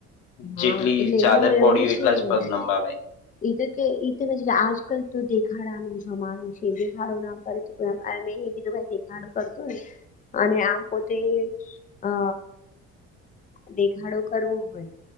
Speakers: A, on the left; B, on the left.
A: હા
B: જેટલી
A: એટલે
B: ચાદર
A: એમનું
B: પડી
A: એવું
B: હો
A: છે
B: એટલા જ
A: ને
B: પગ લંબાવાય
A: એ તો કે એ તમે આજકાલ તો દેખાડાનું જમાનું છે, દેખાડો ના કર મેં એીધું દેખાડું કરતું ને અને આમ પોતે અ દેખાડો કરવો હોય